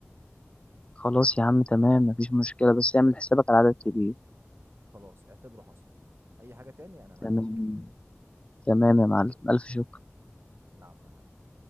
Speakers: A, on the left (about 25°); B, on the right (about 55°).
A: خلاص يا عم تمام مفيش مشكلة بس اعمل حسابك على عدد كبير
B: خلاص اعتبره حصل اي حاجة تاني انا معاك
A: تمام تمام يا معلم ألف شكر
B: العفو يا حبيبي